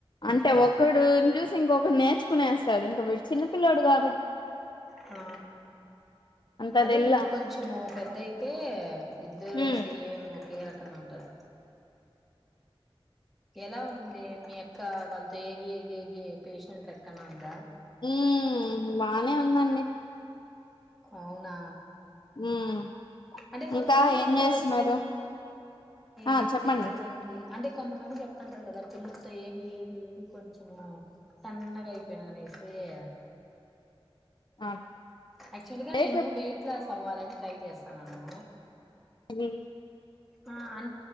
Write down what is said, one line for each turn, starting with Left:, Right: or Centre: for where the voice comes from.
Left: అంటే ఒకడున్ చూసి ఇంకొకడు నేర్చుకునేస్తాడు ఇంకా వీడు చిన్న పిల్లోడు కాబ
Centre: ఆ
Left: అంత
Centre: అదే
Left: తెల్లా
Centre: ఇంకా కొంచము పెద్ద అయితే ఇద్దరు
Left: ఉమ్
Centre: సేమ్ ఒకే రక అ అంటర్ ఎలా ఉంది మీ యక్క వాళ్ళతో ఏగి ఏగి ఏగి పేషెంట్లేక్కనా ఉందా
Left: ఉమ్ బానే ఉందండి
Centre: అవునా
Left: ఉమ్
Centre: అంటే కొంతమంది
Left: ఇంకా
Centre: చెప్తారుప్పి
Left: ఏం చేస్తున్నారు ఆ
Centre: ఏం
Left: చెప్పండి
Centre: చేయలేదండి అంటే కొంతమంది చెప్తంటారు కదా పిల్లలతో ఏగి ఏగి ఏగి కొంచెం సన్నగా అయిపోయినా అనే సియ
Left: ఆ
Centre: యాక్చువల్గా
Left: అదే
Centre: నేను వెయిట్ లాస్ అవ్వాలని ట్రై చేస్తాన్నాను
Left: హ
Centre: ఆ అం